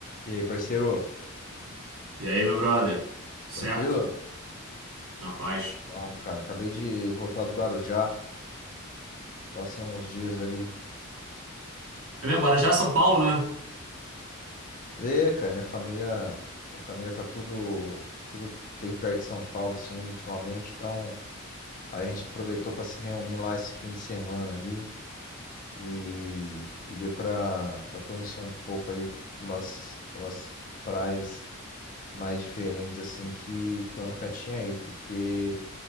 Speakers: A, on the left; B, on the right.
A: E aí, parceiro?
B: E aí, meu brother? Certo?
A: Tranquilo?
B: Na paz.
A: Bom, cara, acabei de voltar do Guarujá. Passei uns dias ali.
B: É mesmo, agora já é São Paulo, né?
A: Ê, cara, minha família, minha família tá tudo, tudo bem perto de São Paulo, assim, ultimamente. Então, aí a gente aproveitou pra se reunir lá esse fim de semana ali e, e deu pra, pra conhecer um pouco ali de umas, umas praias mais diferentes, assim, que, que eu nunca tinha ido, porque